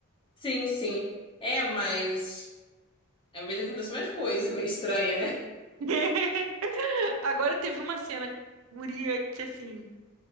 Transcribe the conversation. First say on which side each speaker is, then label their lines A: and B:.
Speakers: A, on the left; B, on the right.
A: Sim, sim. É, mas. Às vezes acontece mais coisa bem estranha, né?
B: <laughs> Agora teve uma cena, guria, que assim,